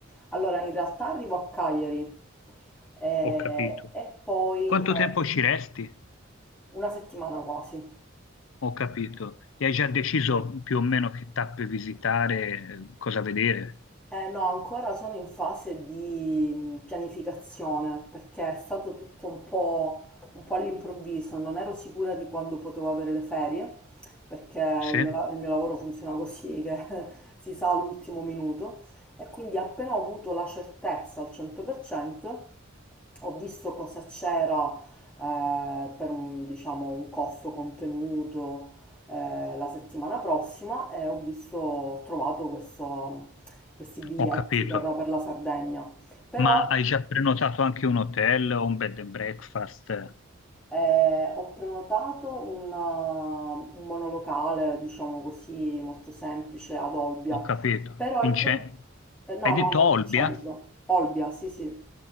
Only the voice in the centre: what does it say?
Allora, in realtà arrivo a Cagliari eh,
e poi
eh,
una settimana quasi.
Eh, no, ancora sono in fase di mh, pianificazione perché è stato tutto un po', un po' all'improvviso, non ero sicura di quando potevo avere le ferie perché
il mio, la- il mio lavoro funziona così che <laughs> si sa all'ultimo minuto e quindi appena ho avuto la certezza al 100% ho visto cosa c'era eh, per un, diciamo, un costo contenuto, eh, la settimana prossima e ho visto, ho trovato questo- questi biglietti
per, per la Sardegna. Però
eh, ho prenotato un, eh, un monolocale, diciamo così, molto semplice ad Olbia.
Però
il problema...
no, no, non
il centro. Olbia, sì, sì.